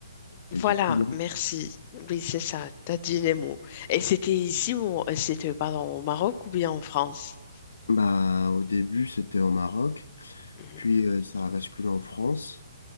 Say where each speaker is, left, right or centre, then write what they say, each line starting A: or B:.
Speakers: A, on the left; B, on the left.
A: voilà,
B: Et du coup,
A: merci. Oui, c'est ça, t'as dit les mots. Et c'était ici ou c'était, pardon, au Maroc ou bien en France?
B: bah, au début, c'était au Maroc,
A: Mhm,
B: puis euh, ça a basculé en France.